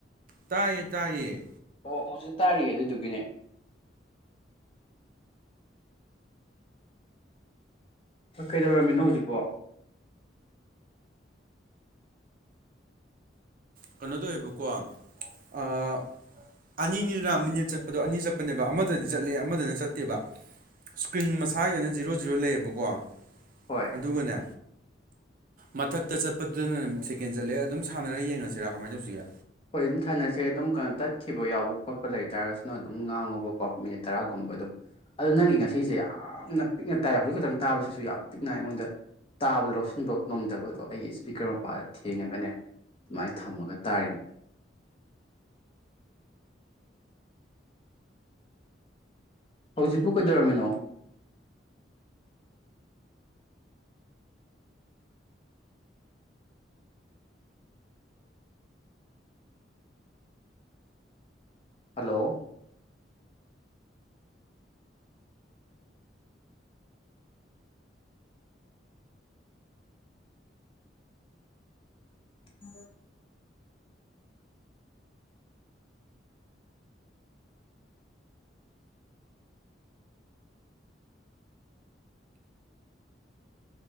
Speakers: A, on the right; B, on the left.
A: ꯇꯥꯏ ꯇꯏ
B: ꯑꯣ ꯍꯧꯖꯤꯛ ꯇꯥꯔꯤꯌꯦ ꯑꯗꯨꯗꯨꯒꯤꯅꯦ ꯍꯣꯏ ꯀꯩꯗꯧꯔꯝꯃꯤꯅꯣ ꯍꯧꯖꯤꯛꯐꯣ
A: ꯀꯩꯅꯣ ꯇꯧꯋꯦꯕꯀꯣ ꯑꯥ ꯑꯅꯤꯅꯤꯅ ꯃꯤꯅꯤꯠ ꯆꯠꯄꯗꯣ ꯑꯅꯤ ꯆꯠꯄꯅꯦꯕ ꯑꯃꯗꯗꯤ ꯆꯠꯂꯦ ꯑꯃꯗꯅ ꯆꯠꯇꯦꯕ ꯏꯁꯀ꯭ꯔꯤꯟ ꯃꯁꯥꯒꯤꯗꯅ ꯖꯤꯔꯣ ꯖꯤꯔꯣ ꯂꯩꯌꯦꯕꯀꯣ
B: ꯍꯣꯏ
A: ꯑꯗꯨꯒꯅꯦ ꯃꯊꯛꯇ ꯆꯠꯄꯗꯨꯅ ꯁꯦꯀꯦꯟ ꯆꯠꯂꯦ ꯑꯗꯨꯝ ꯁꯥꯟꯅꯔ ꯌꯦꯡꯉꯁꯤꯔꯥ ꯀꯃꯥꯏꯅ ꯇꯧꯁꯤꯒꯦ
B: ꯍꯣꯏ ꯑꯗꯨꯝ ꯊꯥꯅꯁꯦ ꯑꯗꯨꯝ ꯀꯩꯅꯣ ꯇꯠꯈꯤꯕ ꯌꯥꯎꯕ ꯈꯣꯠꯄ ꯂꯩꯇꯥꯥꯔꯒꯁꯨꯅ ꯑꯗꯨꯝ ꯉꯥꯡꯉꯨꯕꯀꯣ ꯃꯤꯅꯤꯠ ꯇꯔꯥꯒꯨꯝꯕ ꯑꯗꯨꯝ ꯑꯗꯨ ꯅꯪꯒꯤ ꯉꯁꯤꯁꯦ ꯌꯥꯝꯅ ꯄꯤꯛꯅ ꯇꯥꯏ ꯍꯧꯖꯤꯛ ꯈꯛꯇꯪ ꯇꯥꯕꯁꯤꯁꯨ ꯌꯥꯝ ꯄꯤꯛꯅ ꯑꯩꯉꯣꯟꯗ ꯇꯥꯕꯗ ꯂꯧꯁꯤꯟꯕ ꯉꯝꯗꯕꯗꯣ ꯑꯩꯒꯤ ꯏꯁꯄꯤꯀꯔ ꯃꯄꯥꯗ ꯊꯦꯡꯉꯒꯅꯦ ꯑꯗꯨꯃꯥꯏꯅ ꯊꯝꯃꯒ ꯇꯥꯔꯤꯅꯦ ꯍꯧꯖꯤꯛꯄꯨ ꯀꯩꯗꯧꯔꯝꯃꯤꯅꯣ ꯍꯜꯂꯣ <inaudible>